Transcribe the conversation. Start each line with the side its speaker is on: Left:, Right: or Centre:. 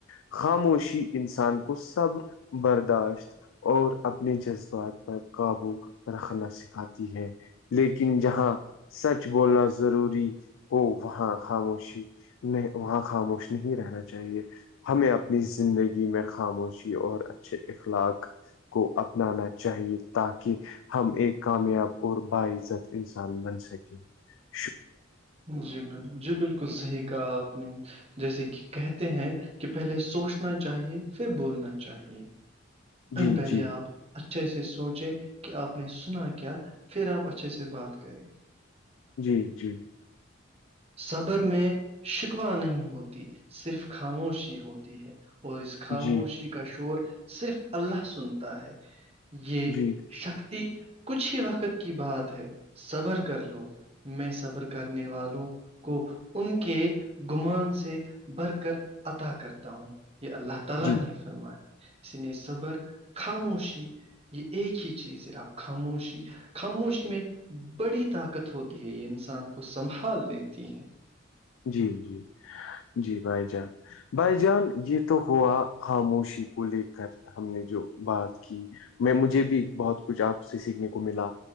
Left: خاموشی انسان کو صبر برداشت اور اپنے جذبات پر قابو رکھنا سکھاتی ہے لیکن جہاں سچ بولنا ضروری ہو وہاں خاموشی نہیں وہاں خاموش نہیں رہنا چاہیے ہمیں اپنی زندگی میں خاموشی اور اچھے اخلاق کو اپنانا چاہیے تاکہ ہم ایک کامیاب اور باعزت انسان بن سکے جی
Right: جی ب جی بالکل صحیح کہا آپ نے جیسے کہ کہتے ہیں کہ پہلے سوچنا چاہیے پھر بولنا چاہیے
Left: جی
Right: پہلے
Left: جی
Right: آپ اچھے سے سوچیں کہ آپ نے سنا کیا پھر آپ اچھے سے بات کریں
Left: جی جی
Right: صبر میں شکوا نہیں ہوتی صرف خاموشی ہوتی ہے اور اس خاموشی
Left: جی
Right: کا شور صرف اللہ سنتا ہے یہشک
Left: جی جی
Right: کچھ ہی وقت کی بات ہے صبر کر لو میں صبر کر کرنے والوں کو ان کے گمان سے بڑھ کر عطا کرتا ہوں یہ اللہ تعالی طلح
Left: جی
Right: نے فرماائے اس نے صبر خاموشی یہ ایک ہی چیز ہے آپ خاموشی خاموشی میں بڑی طاقت ہوتی ہے یہ انسان کو سنبھال لیتی ہیں
Left: جی جی جی بھائی جان بھائی جان یہ تو ہوا خاموشی کو لے کر ہم نے جو بات کی میں مجھے بھی بہت کچھ آپ سے سیکھنے کو ملا